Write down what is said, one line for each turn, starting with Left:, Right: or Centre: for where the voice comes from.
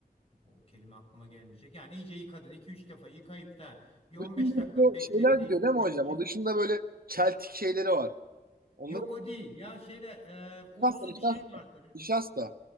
Left: o kelime aklıma gelmeyecek. Yani iyice yıkadın iki üç defa yıkayıp da bir 15
Right: Bütün
Left: dakika
Right: bu
Left: beklettiğim
Right: şeyler gidiyor değil
Left: pirinci
Right: mi hocam? O dışında böyle çeltik şeyleri var. Onları
Left: Yok o değil. Ya şeyde e, unsu
Right: nişasta,
Left: bir şey vardır.
Right: nişasta,